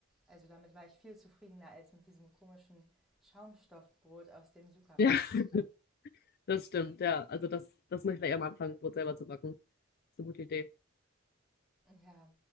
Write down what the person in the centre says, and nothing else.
Also damit war ich viel zufriedener als mit diesem komischen Schaumstoffbrot aus dem Supermarkt.
Ja,